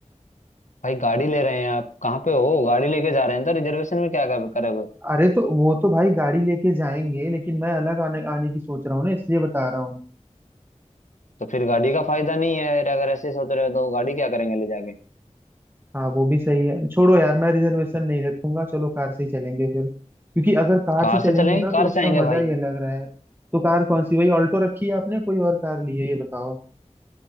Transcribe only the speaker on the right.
अरे तो वो तो भाई गाड़ी लेके जाएंगे लेकिन मैं अलग आने आने की सोच रहा हूँ ना इसलिए बता रहा हूँ
हाँ वो भी सही है छोड़ो यार मैं रिजर्वेशन नहीं रखूंगा चलो कार से ही चलेंगे फिर क्योंकि अगर कार
से चलेंगे
ना
तो उसका
मजा ही अलग रहा है तो कार कौन सी वही ऑल्टो रखी है आपने कोई और कार ली है ये बताओ